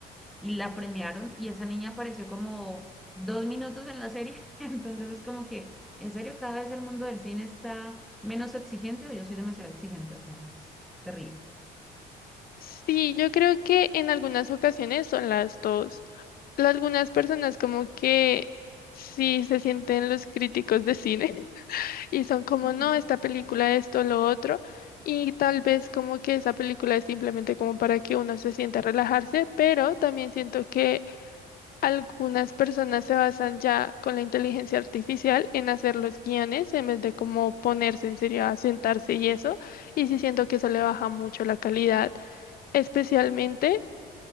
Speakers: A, in the centre; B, on the left.
A: y la premiaron y esa niña apareció como dos minutos en la serie, <laughs> entonces es como que, en serio, cada vez el mundo del cine está menos exigente o yo soy demasiado exigente, o sea, es terrible.
B: Sí, yo creo que en algunas ocasiones son las dos. Pero Algunas personas como que sí se sienten los críticos de cine <laughs> y son como,
A: <laughs>
B: no, esta película, esto, lo otro. Y tal vez como que esa película es simplemente como para que uno se sienta a relajarse, pero también siento que algunas personas se basan ya con la inteligencia artificial en hacer los guiones en vez de como ponerse en serio a sentarse y eso. Y sí siento que eso le baja mucho la calidad especialmente